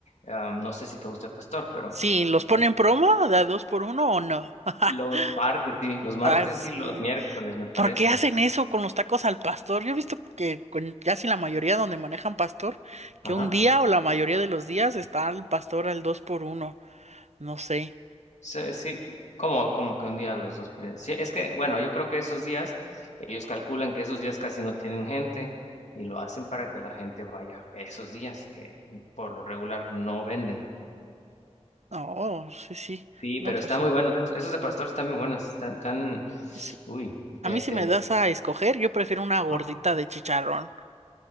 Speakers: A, on the left (about 90°); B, on the right (about 75°).
A: am, no sé si te gusta el pastor, pero
B: Sí, ¿los ponen
A: es
B: promo? ¿Da dos por uno o no? <laughs>
A: los martes, sí, los martes
B: Ah, sí.
A: y los miércoles, me parece.
B: ¿Por qué hacen eso con los tacos al pastor? Yo he visto que con casi la mayoría donde manejan pastor, que
A: Ajá.
B: un día o la mayoría de los días está el pastor al dos por uno. No sé.
A: Sí, sí, como, como que un día los dos. por día. Sí, es que, bueno, yo creo que esos días, ellos calculan que esos días casi no tienen gente y lo hacen para que la gente vaya esos días que por lo regular no venden.
B: Oh, sí, sí.
A: Sí,
B: No,
A: pero
B: pues
A: están
B: sí.
A: muy buenos. Esos, esos de pastor están muy buenos. Están tan.
B: sí.
A: Uy,
B: A
A: te,
B: mí si
A: te.
B: me das a escoger, yo prefiero una gordita
A: Ajá.
B: de chicharrón.